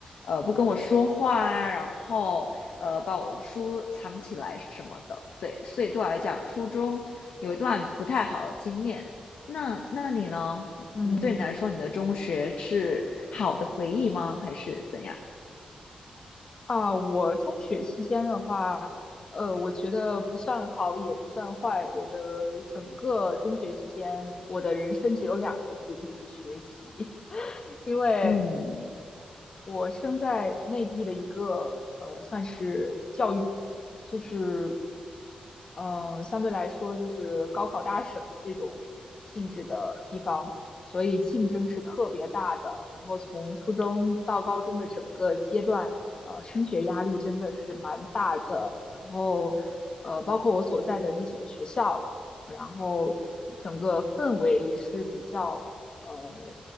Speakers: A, on the left (about 70°); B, on the left (about 35°).
A: 呃不跟我说话啊，然后呃把我的书藏起来什么的，对。所以对我来讲，初中有一段不太好的经验。那那你呢？
B: 嗯。
A: 你对你来说，你的中学是好的回忆吗？还是怎样？
B: 啊，我中学期间的话，呃，我觉得不算好也不算坏。我的整个中学期间，我的人生只有两个字，就是学习。<laughs> 因为，
A: 嗯。
B: 嗯，我生在内地的一个呃，算是教育，就是嗯、呃相对来说就是高考大省这种性质的地方，所以竞争是特别大的。然后从初中到高中的整个阶段，呃，升学压力真的是蛮大的。然后，呃，包括我所在的那几个学校，然后整个氛围也是比较，呃，